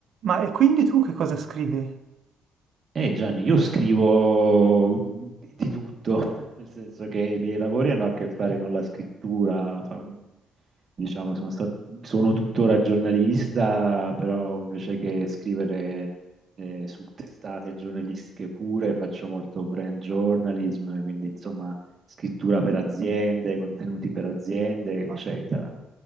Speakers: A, on the right; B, on the right.
A: Ma e quindi tu che cosa scrivi?
B: Eh Gianni, io scrivo di tutto, <laughs> nel senso che i miei lavori hanno a che fare con la scrittura, fa- diciamo, sono stat- sono tuttora giornalista, però invece che scrivere eh, su testate giornalistiche pure, faccio molto brand journalism, quindi insomma scrittura per aziende, contenuti per aziende, eccetera.
A: Porca.